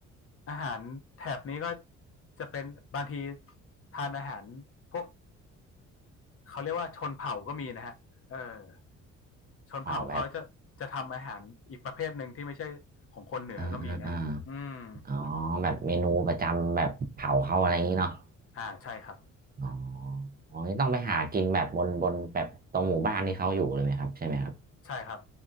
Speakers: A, on the left; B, on the right.
A: อาหารแถบนี้ก็จะเป็นบางทีทานอาหารพวกเขาเรียกว่าชนเผ่าก็มีนะฮะเออชนเผ่าเขาจะจะทำอาหารอีกประเภทหนึ่งที่ไม่ใช่ของคนเหนือก็มีนะอืม
B: ออกแบบอ่าอ่าอ่าอ๋อแบบเมนูประจำแบบเผาเขาอะไรอย่างนี้เนาะ
A: อ่าใช่ครับ
B: อ๋ออ๋อนี่ต้องไปหากินแบบบนบนแบบตรงหมู่บ้านที่เขาอยู่เลยไหมครับใช่ไหมครับ
A: ใช่ครับ